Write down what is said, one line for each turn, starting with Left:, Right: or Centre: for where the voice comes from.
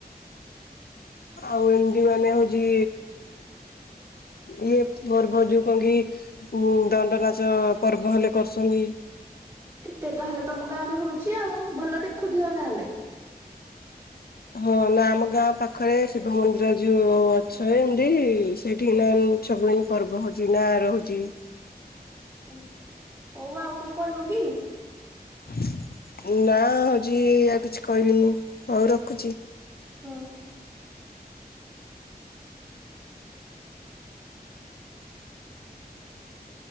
Left: ଆଉ ଏମିତି ମାନେ ହଉଛି ଇଏ ପର୍ବ ଯୋଉ କଣ କି ଦଣ୍ଡ ନାଚ ପର୍ବ ହେଲେ କରୁ ଛନ୍ତି।
Right: ଏତେ ତାହଲେ ତମ ଗାଁ ରେ ହଉଛି ଆଉ ଭଲ ଦେଖୁଥିବ ତାହେଲେ।
Left: ହଁ ନା ଆମ ଗାଁ ପାଖରେ ଶିବ ମନ୍ଦିର ଯୋଉ ଅଛନ୍ତି ଏମତି ସେଠି ନା ବୁ ପର୍ବ ହଉଛି ନା ରହୁଛି।
Right: ଓଁ ହଉ ଆଉ କଣ କହିବ କି?
Left: <inaudible> ନା ହଉଛି ଆଉ କିଛି କହିବିନି ହଉ ରଖୁଛି।
Right: ହୁଁ
Left: <inaudible> <inaudible>